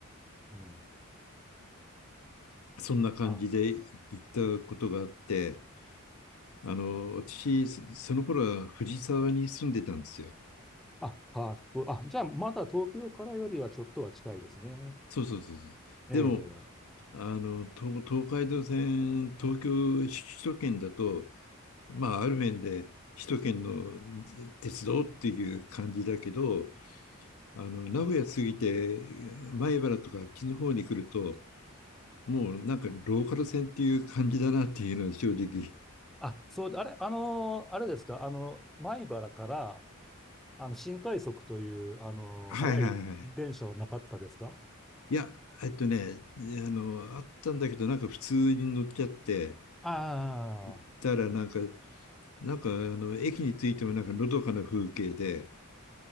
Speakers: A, in the centre; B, on the left.
A: うん。
B: そんな感じで行ったことがあって、
A: あ、
B: あの私、その頃は藤沢に住んでたんですよ。
A: あ、あ、そうあ、じゃあ、まだ東京からよりはちょっとは近いですね。
B: そうそうそうそう。
A: ええ
B: でも、あの、東、東海道線、東京、し首都圏だと、まあ、ある面で首都圏の鉄道っていう感じだけど、あの、名古屋過ぎて、米原とかあっちの方に来ると、もうなんかローカル線っていう感じだなっていうのは正直。
A: あ、そうで、あれ、あのーあれですか、あの、米原から、あの、新快速という、あのー速い電車はなかったですか
B: はいはいはい。いや、えっとね、あの、あったんだけど、なんか普通に乗っちゃって、
A: ああ、
B: 行ったらなんか、なんかあの駅に着いてもなんかのどかな風景で、